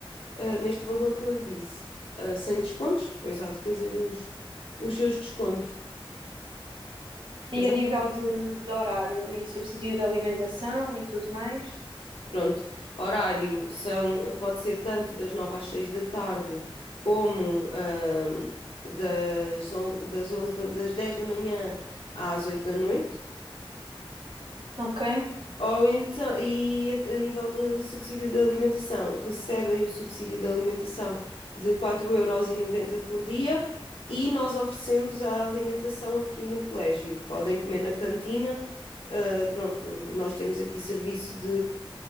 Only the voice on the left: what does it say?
eh, neste valor que eu lhe disse, eh, sem descontos, depois há de fazer os, os seus descontos. Exato,
pronto. Horário são, eh, pode ser tanto das 9 às 6 da tarde, como ahm, das 11, das 11 da- das 10 da manhã às 8 da noite.
Ou então, e a, a nível de subsídio de alimentação, recebem o subsídio de alimentação de quatro euros e noventa por dia e nós oferecemos a alimentação aqui no colégio. Podem comer na cantina, ah, pronto, nós temos aqui serviço de,